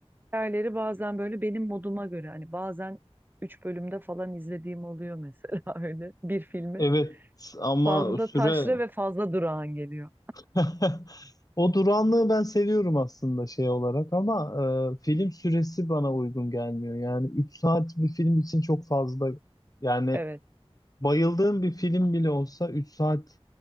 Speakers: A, on the right; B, on the left.
A: hikayeleri bazen böyle benim moduma göre hani bazen 3 bölümde falan izlediğim oluyor mesela <laughs> öyle bir filmi.
B: Evet ama
A: Fazla
B: süre
A: taşra ve fazla durağan geliyor.
B: <laughs> O duranlığı ben seviyorum aslında şey olarak ama e, film süresi bana uygun gelmiyor. Yani 3 saat bir film için çok fazla. Yani
A: Evet.
B: bayıldığım bir film bile olsa üç saat